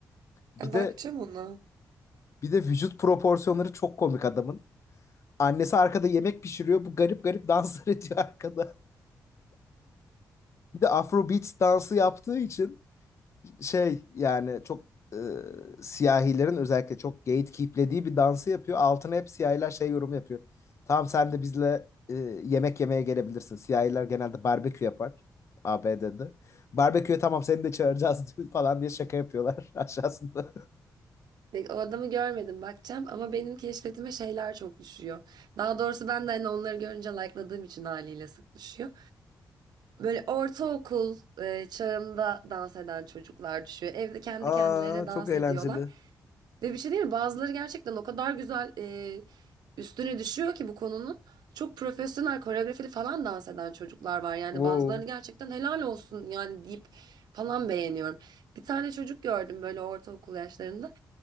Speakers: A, on the left; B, on the right.
A: Bir
B: e,
A: de
B: bakacağım ona.
A: bir de vücut proporsiyonları çok komik adamın. Annesi arkada yemek pişiriyor. Bu garip garip danslar <laughs> ediyor arkada. Bir de Afrobeat dansı yaptığı için şey yani çok e, siyahilerin özellikle çok gatekeeplediği bir dansı yapıyor. Altına hep siyahiler şey yorum yapıyor. Tamam sen de bizle e, yemek yemeye gelebilirsin. Siyahiler genelde barbekü yapar ABD'de. Barbeküye tamam seni de çağıracağız <laughs> falan diye şaka yapıyorlar <laughs> aşağısında.
B: E, O adamı görmedim bakacağım ama benim keşfetime şeyler çok düşüyor. Daha doğrusu ben de hani onları görünce like'ladığım için haliyle sık düşüyor. Böyle ortaokul e, çağında dans eden çocuklar düşüyor. Evde kendi
A: Aa
B: kendilerine dans
A: çok eğlenceli.
B: ediyorlar. Ve bir şey değil mi? Bazıları gerçekten o kadar güzel e, üstüne düşüyor ki bu konunun. Çok profesyonel koreografili falan dans eden çocuklar var. Yani
A: Wow.
B: bazılarını gerçekten helal olsun yani deyip falan beğeniyorum. Bir tane çocuk gördüm böyle ortaokul yaşlarında.